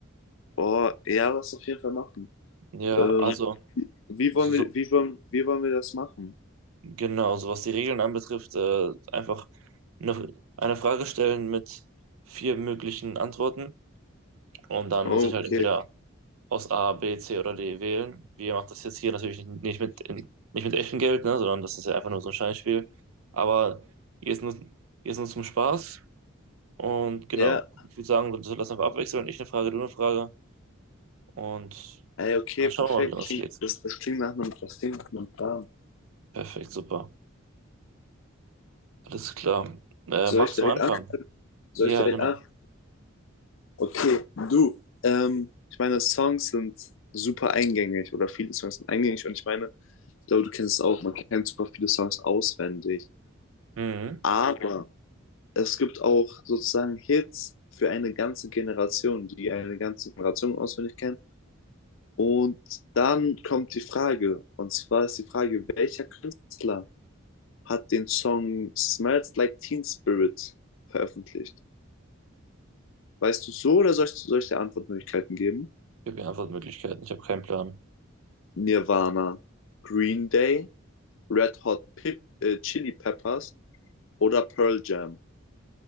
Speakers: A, on the left; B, on the right.
A: oh, ja, lass auf jeden Fall machen.
B: Ja,
A: Ähm,
B: also,
A: Ja. wie wollen
B: so,
A: wir,
B: so,
A: wie wollen, wie wollen wir das machen?
B: genau, so was die Regeln anbetrifft, äh, einfach eine, eine Frage stellen mit vier möglichen Antworten. Und dann
A: Okay.
B: muss ich halt entweder aus A, B, C oder D wählen. Wir machen das jetzt hier natürlich nicht, nicht mit, in, nicht mit echtem Geld, ne, sondern das ist ja einfach nur so ein Scheinspiel. Aber hier ist nur, hier ist nur zum Spaß. Und genau,
A: Ja,
B: ich würde sagen, wir sollten das einfach abwechseln. Ich eine Frage, du eine Frage. Und
A: ey, okay,
B: dann
A: perfekt.
B: schauen wir mal, wie
A: Klingt-
B: das geht.
A: Das, das klingt nach einem, das klingt nach einem Plan.
B: Perfekt, super. Alles klar. Äh,
A: Soll
B: magst
A: ich direkt
B: du anfangen?
A: anfangen? Soll
B: Ja,
A: ich direkt
B: genau.
A: anfangen? Okay, du. Ähm, ich meine, Songs sind super eingängig oder viele Songs sind eingängig und ich meine, ich glaube, du kennst es auch, man kennt super viele Songs auswendig.
B: Mhm.
A: Aber es gibt auch sozusagen Hits für eine ganze Generation, die eine ganze Generation auswendig kennt. Und dann kommt die Frage, und zwar ist die Frage, welcher Künstler hat den Song Smells Like Teen Spirit veröffentlicht? Weißt du so oder soll ich, soll ich dir Antwortmöglichkeiten geben?
B: Ich habe hier Antwortmöglichkeiten. Ich habe keinen Plan.
A: Nirvana, Green Day, Red Hot Pip, äh, Chili Peppers oder Pearl Jam?